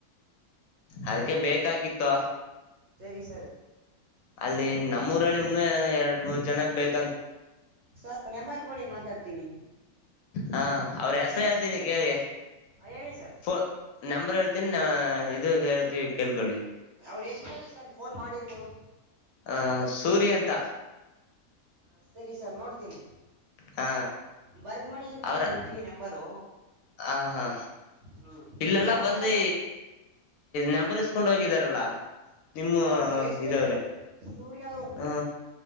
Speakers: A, on the left; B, on the right.
A: ಅದಕ್ಕೆ ಬೇಕಾಗಿತ್ತು
B: ಸರಿ ಸರಿ
A: ಅಲ್ಲಿ ನಮ್ಮೂಊರಲ್ಲಿಿ ಇನ್ನ ಎರಡ್ ಮೂರ್ ಜನಗ್ ಬೇಕ
B: ಸರ್ ನೆಂಬರ್ ಕೋಡೆ ಮಾತಾಡ್ತೀನಿ
A: ಹಾ ಅವ್ರ ಹೆಸರು ಹೇಳ್ತೀನಿ ಕೇಳಗೆ
B: ಹ ಹೇಳಿ ಸರ್
A: ಫೋನ್ ನಂಬರ್ ಹೇಳ್ತ ನ್ ಇದ ಹೇಳ್ತಿವಿ ಕೇಳ್ಕೊಳ್ಳಿ
B: ಅವ್ರು ಎಷ್ಟು ಹೇಳಿ ಸರ್ ಫೋನ್ ಮಾಡಿರ್ಬೋದು
A: ಹಹ ಸೂರ್ಯ ಅಂತ
B: ಹಾ ಸರಿ ಸರ್ ನೋಡ್ತೀನಿ
A: ಹ
B: ಬರ್ದ್ ಮಗಿ ಇರ್ತೀನಿ
A: ಅವ್ರ
B: ಬುಕ್ಲಿ ನಂಬರು
A: ಹ ಹಾ
B: ಹ್ಮ್
A: ಇಲ್ಲೆಲ್ಲ
B: ಯಾವೂರು
A: ಬಂದು
B: ಸರ್
A: ನಂಬರ್ ಕಕೊಂಡ್ ಹೋಗಿದಾರಲ್ಲ ನಿಮ್ಮ
B: ಸರ್ ಅವ್ರ ಹೆಸ್ರೇನು
A: ಇದವ್ರೆ
B: ಸೂರ್ಯ ಅವರು
A: ಹ್ಮ